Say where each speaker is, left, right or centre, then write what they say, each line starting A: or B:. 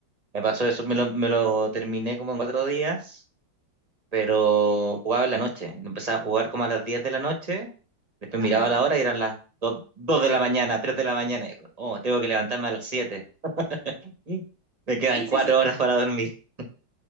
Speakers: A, on the right (about 20°); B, on the right (about 40°).
A: me pasó eso, me lo, me lo terminé como en cuatro días, pero jugaba en la noche, empezaba a jugar como a las 10 de la noche, después
B: Ajá.
A: miraba la hora y eran las dos dos de la mañana, 3 de la mañana, y dijo, oh, tengo que levantarme a las siete <laughs> me
B: Sí,
A: quedan cuatro
B: sí, sí.
A: horas para dormir. <laughs>